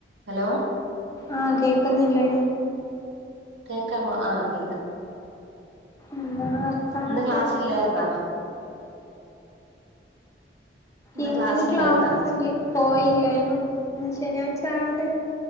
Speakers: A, on the right; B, on the left.
A: Hello
B: ആ കേൾക്കുന്നില്ലേ?
A: കേൾക്കാമോ ആ കേൾക്കാം
B: എന്താണ് വർത്താനൊക്കെ
A: ഇന്ന് ക്ലാസ്സിലായിരുന്നോ?
B: ഇന്ന്
A: ക്ലാസ്
B: ക്ലാസ്സിില്
A: ഇല്ലായിരുന്നാ
B: പോയില്ലായിനു. ഇന്ന് ശനി ആഴ്ചആയോണ്ട്